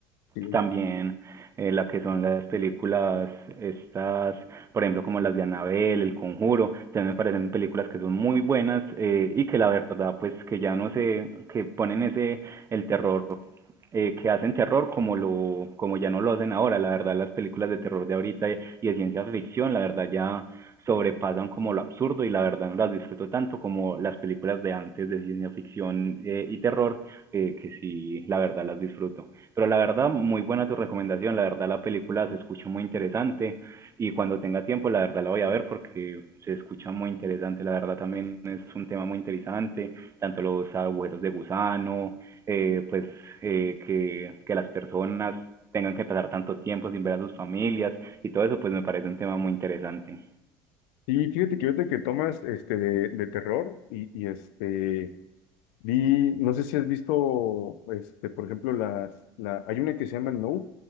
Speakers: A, on the left; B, on the right.
A: Sí.
B: también eh, la que son las películas estas, por ejemplo, como las de Annabelle El Conjuro, también me parecen películas que son muy buenas eh, y que la verdad, pues que ya no sé, que ponen ese, el terror eh, que hacen terror como lo como ya no lo hacen ahora. La verdad, las películas de terror de ahorita y, y de ciencia ficción, la verdad ya sobrepasan como lo absurdo y la verdad no las disfruto tanto como las películas de antes de ciencia ficción eh, y terror, eh, que sí, la verdad las disfruto. Pero la verdad, muy buena tu recomendación, la verdad la película se escucha muy interesante y cuando tenga tiempo la verdad la voy a ver porque se escucha muy interesante, la verdad también es un tema muy interesante, tanto los agujeros de gusano, eh, pues eh, que, que las personas tengan que pasar tanto tiempo sin ver a sus familias y todo eso, pues me parece un tema muy interesante.
A: Y fíjate que ahorita que tomas este de, de terror y, y, este vi, no sé si has visto este, por ejemplo, las la, hay una que se llama No,